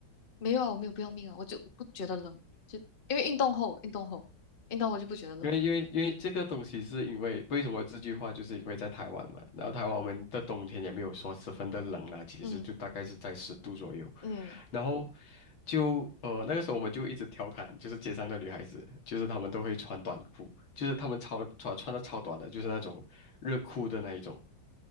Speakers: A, on the left; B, on the left.
A: 没有啊，我没有不要命啊，我就不觉得冷，就因为运动后，运动后，运动后就不觉得冷。
B: 因为因为因为这个东西是因为为什么这句话就是因为在台湾嘛，然后台湾我们的冬天也没有说十分的冷啦，其实就大概是在十度左右，
A: 嗯嗯
B: 然后就呃那个时候我们就一直调侃，就是街上的女孩子，就是她们都会穿短裤，就是她们超穿穿的超短的，就是那种热裤的那一种，